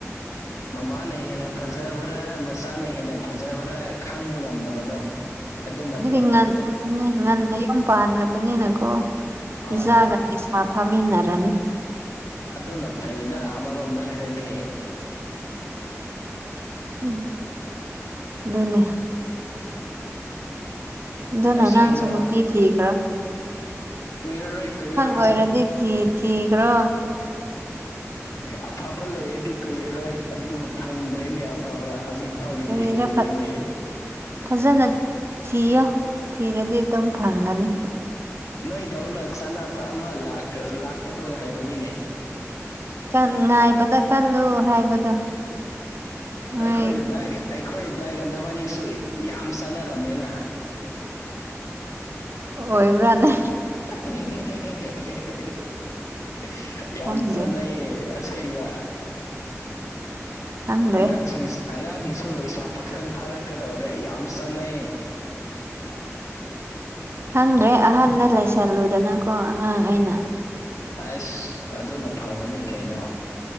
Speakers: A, on the left; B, on the right.
A: ꯃꯃꯥꯅ ꯍꯦꯟꯅ ꯐꯖꯕ꯭ꯔꯥ ꯃꯆꯥꯅ ꯍꯦꯟꯅ ꯐꯖꯕ꯭ꯔꯥ ꯈꯪꯕ ꯉꯝꯗꯕꯗꯣ ꯑꯗꯨ ꯃꯇꯝꯗꯣ
B: ꯍꯥꯏꯗꯤ ꯉꯟ ꯉꯟ <unintelligible> ꯉꯟꯅ ꯌꯨꯝ ꯄꯥꯟꯜꯂꯕꯅꯤꯅꯀꯣ
A: ꯍꯣꯏ
B: ꯏꯆꯥꯒ ꯂꯩꯁꯥ ꯐꯥꯃꯤꯟꯅꯔꯅꯤ
A: ꯑꯗꯨꯅ ꯐꯩꯗ ꯑꯃꯔꯣꯝꯗ ꯍꯥꯏꯔꯗꯤ
B: ꯎꯝ ꯑꯗꯨ ꯑꯗꯨꯅꯦ ꯑꯗꯨꯅ
A: ꯑꯁꯦꯡꯕ
B: ꯅꯪꯁꯨ ꯅꯨꯄꯤ ꯊꯈ꯭ꯔꯣ
A: <inaudible> ꯀꯨꯏꯔꯔꯣꯏ ꯀꯨꯏꯔꯔꯣꯏ
B: ꯑꯣꯏꯔꯗꯤ ꯊꯤ ꯊꯤꯈ꯭ꯔꯣ
A: ꯑꯐꯕ ꯂꯩꯔꯗꯤ ꯀꯨꯏꯔꯔꯣꯏ ꯑꯗꯨ ꯐꯪꯗ꯭ꯔꯦꯅꯦ ꯑꯐꯕ ꯍꯧꯖꯤꯛ ꯍꯗꯤ
B: ꯀꯔꯤꯔ
A: ꯎꯗꯦꯅꯦ
B: ꯐ ꯐꯖꯅ ꯊꯤꯌꯣ ꯊꯤꯔꯗꯤ ꯑꯗꯨꯝ ꯐꯪꯒꯅꯤ
A: ꯅꯣꯏꯗꯧꯅ ꯆꯥꯟꯅꯕ ꯑꯃ ꯂꯥꯛꯄꯗꯣ ꯉꯥꯏꯕꯅꯤꯅꯦ
B: ꯑ ꯉꯥꯏꯕꯗ ꯀꯜꯂꯨ ꯍꯥꯏꯕꯗꯣ ꯃꯣꯏ
A: ꯑꯩꯈꯣꯏ ꯆꯗꯒꯦ ꯑꯩꯈꯣꯏ ꯗꯒꯅꯕꯅꯤꯁꯨ ꯌꯥꯝ ꯆꯥꯟꯅꯔꯝꯃꯦꯅ
B: ꯑꯣꯏꯣꯏꯕ꯭ꯔꯥꯅꯦ
A: <inaudible> ꯌꯥꯝ
B: ꯈꯪꯗꯦ
A: ꯆ ꯅꯌꯦ ꯑꯁꯦꯕ
B: ꯈꯪꯗ꯭ꯔꯦ
A: ꯑꯅꯥꯖꯤꯁ ꯑꯅꯥꯖꯤꯁ ꯂꯩꯁꯥ ꯄꯥꯈꯪ ꯐꯥꯔꯛꯀꯗꯧꯔꯦ ꯌꯥꯝ ꯆꯥꯟꯅꯩ
B: <inaudible> ꯈꯪꯗ꯭ꯔꯦ ꯑꯍꯟꯗ ꯂꯩꯁꯜꯂꯨꯗꯅꯀꯣ ꯑꯉꯥꯡ ꯑꯩꯅ
A: ꯑꯁ ꯑꯣꯅ ꯐꯕꯅꯦ ꯀꯩꯅꯣ